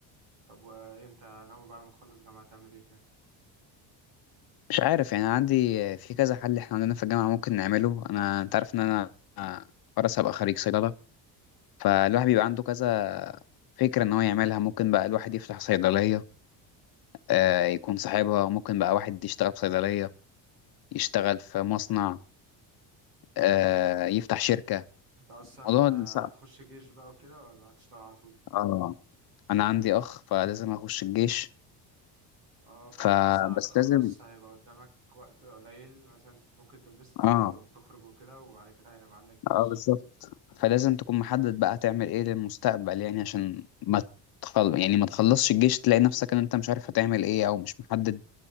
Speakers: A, on the right (about 70°); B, on the left (about 55°).
A: طب وايه انت ناوي بعد ما تخلص جامعه تعمل ايه كده
B: مش عارف يعني عندي آه، في كذا حل احنا عندنا في الجامعه ممكن نعمله انا انت عارف ان انا آه، خلاص هبقى خريج صيدله فالواحد بيبقى عنده كذا فكره ان هو يعملها ممكن بقى الواحد يفتح صيدليه آه، يكون صاحبها ممكن بقى واحد يشتغل في صيدليه يشتغل في مصنع آه، يفتح شركه
A: انت اصلا
B: الموضوع
A: آه،
B: ده صعب
A: هتخش جيش بقى وكده ولا هتشتغل على طول
B: اه انا عندي اخ فلازم اخش الجيش
A: اه فانت
B: فبس
A: مثلا هتخلص
B: لازم
A: هيبقى قدامك وقت قليل مثلا ممكن تنبسط فيه
B: اه
A: او تخرج وكده وبعد كده هيبقى عندك جيش
B: اه بالظبط فلازم تكون محدد بقى هتعمل ايه للمستقبل يعني عشان ما تخل... يعني ما تخلصش الجيش تلاقي نفسك ان انت مش عارف هتعمل ايه او مش محدد